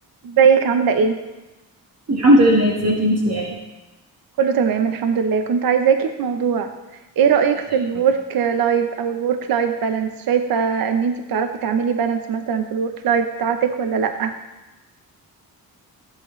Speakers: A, on the right; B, on the right.
A: ازيك عاملة ايه؟
B: الحمد لله ازيك انت يا
A: كله تمام الحمد لله كنت عايزاكي في موضوع ايه رأيك في
B: يا
A: الورك
B: أمي؟
A: لايف او الورك لايف بالانس شايفة ان انتي بتعرفي تعملي بالانس مثلا في الورك لايف بتاعتك ولا لأ؟